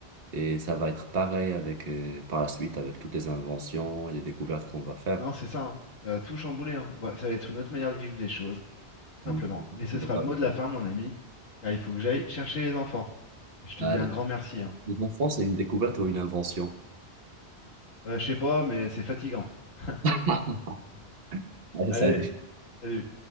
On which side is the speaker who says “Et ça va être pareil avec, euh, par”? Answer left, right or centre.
Right